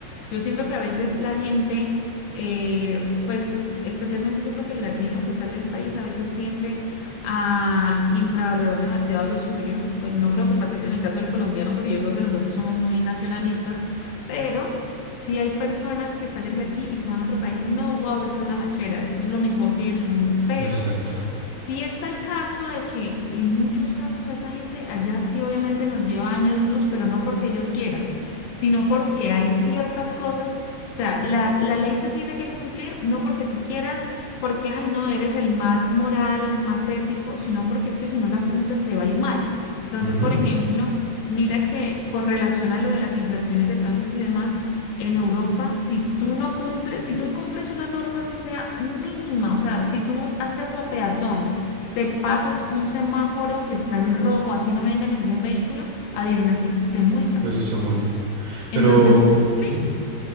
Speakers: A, on the left; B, on the right.
A: Yo siento que a veces la gente, eh, pues especialmente yo creo que el latino que sale del país a veces tiende a infravalorar demasiado lo suyo. Pues no creo que pase que en el caso del colombiano, porque yo creo que nosotros somos muy nacionalistas, pero sí hay personas que salen de aquí y se van a otro país y no, wow, esta es la machera, esto es lo mejor que hay en el mundo, pero
B: Exacto.
A: Sí está el caso de que en muchos casos esa gente allá sí obviamente nos lleva años luz, pero no porque ellos quieran, sino porque hay ciertas cosas, o sea, la, la ley se tiene que cumplir no porque tú quieras, porque, ay, no, eres el más moral, el más ético, sino porque es que si no la cumples te va a ir mal. Entonces,
B: Ujú.
A: por ejemplo, mira que con relación a lo de las infracciones de tránsito y demás, en Europa, si tú no cumples, si tú incumples una norma, así sea mínima, o sea, si tú, así sea como peatón, te pasas un semáforo que está en rojo, así no venga ningún vehículo, adivina que te multan.
B: Pues se multan.
A: Entonces,
B: Pero
A: <laughs> sí.
B: ujú,